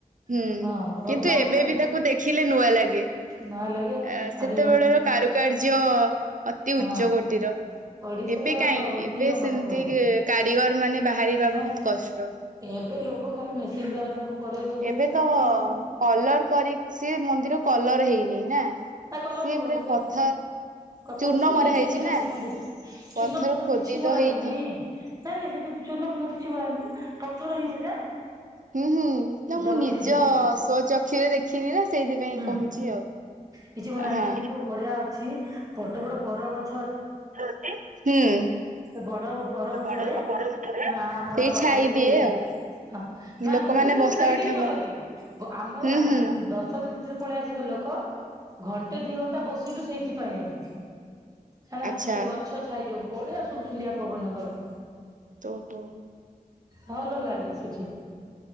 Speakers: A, on the right; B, on the right.
A: ହୁଁ
B: ହଁ ଭଗ୍ନ
A: କିନ୍ତୁ
B: ଅବସ୍ଥାରେ
A: ଏବେ ବି ତାକୁ ଦେଖିଲେ ନୂଆ ଲାଗେ।
B: ନ ଲାଗେ
A: ଆ ସେତେବେଳ
B: ଆରେ
A: କାରୁକାର୍ଯ୍ୟ ଅତି
B: ହଁ
A: ଉଚ୍ଚ କୋଟିର,
B: ଓଡିଶାର
A: ଏବେ କାହିଁ
B: ପୁରା ଐତିହ୍ୟ
A: ଏବେ ସେମି
B: ମନେ ପଡେ।
A: ଏତି କାରିଗର ମାନେ ବାହାରିବା
B: ହେ
A: ବହୁତ କଷ୍ଟ।
B: ଏବେ ଲୋକ ଖାଲି ମେସିନ୍ ଦ୍ଵାରା ସବୁ କରେଇ ଦଉଛନ୍ତି
A: ଏବେ ତ
B: ନା ଆଉ।
A: କଲର କରିକି ସେ ମନ୍ଦିର କଲର ହେଇନି ନା।
B: ନା କଲର ହବନି
A: ପୁରା
B: ସିଏ।
A: ପଥର
B: କଥାର
A: ଚୂର୍ଣ୍ଣ
B: ସେଇ
A: ମରା
B: ନାଇଁ ଯେତେ
A: ହେଇଛି
B: ସବୁ
A: ନା
B: ମନ୍ଦିର
A: ପଥର
B: ଚିନପୁନ
A: ଖୋଦିତ
B: କିଛି ମର
A: ହେଇକି
B: ହେଇନି। ନାଇଁ ନାଇଁ ସେଠି ଚୂନ ଫୁନ କିଛି ମରାହେଇନି ତ ପଥର ହିଁ ସେଟା।
A: ହୁଁ ହୁଁ ନା
B: ଜଗନ୍ନା
A: ମୁଁ ନିଜ
B: ଏଇ ଯୋଉ
A: ସୋଚକ୍ଷୁରେ ଦେଖିନି ନା ସେଇଥିପାଇଁ
B: ହୁଁ
A: କହୁଛି ଆଉ।
B: କିଛି ମରା ହେଇନି
A: ହଁ
B: କିନ୍ତୁ ବଢିଆ ଅଛି ବଡ ବଡ ବର ଗଛ
A: <unintelligible> ହୁଁ।
B: ଏ ବଡ ବର ଗଛରେ
A: ବଡ
B: ଅ
A: ବରଗଛରେ
B: ଆମର
A: ସେଇ ଛାଇ
B: ଇଏ
A: ଦିଏ
B: ହଉଛି।
A: ଆଉ
B: ହଁ ନା
A: ଲୋକମାନେ
B: ବହୁତ ଲୋକ
A: ବସା
B: ସେଇଠି
A: ଉଠା
B: ହିଁ ବସନ୍ତି।
A: କର
B: ଗ ଆମ
A: ହୁଁ
B: ଆମେ
A: ହୁଁ
B: ଦଶ ମିନିଟ୍ ରେ ପଳେଇ ଆସିବା ଲୋକ, ଘଣ୍ଟେ ଦି ଘଣ୍ଟା ବସିଲୁ ସେଇଥିପାଇଁ ଆଗେ। ହେଲା
A: ଆଚ୍ଛା।
B: ସେ ଗଛ ଛାଇ ଯୋଉ ବଢିଆ ଶୁଲୁସୁଲିଆ ପବନ ଦବ।
A: ଓହୋ।
B: ଭଲ ଲାଗେ ସେଠି।